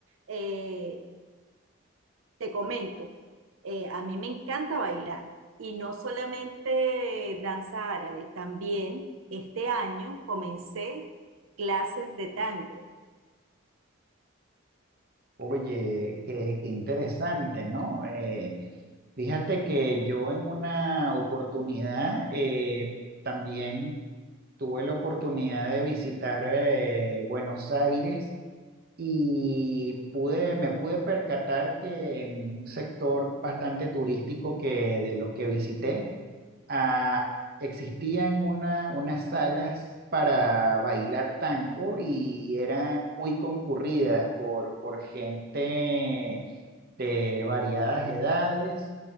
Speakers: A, on the right; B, on the right.
A: Eh, te comento, eh, a mí me encanta bailar y no solamente danza árabe, también este año comencé clases de tango.
B: Oye, qué, qué interesante, ¿no? Eh, fíjate que yo en una oportunidad eh, también Tuve la oportunidad de visitar eh, Buenos Aires y pude, me pude percatar que en un sector bastante turístico que de los que visité, ah, existían una, unas salas para bailar tango y eran muy concurridas por, por gente de variadas edades.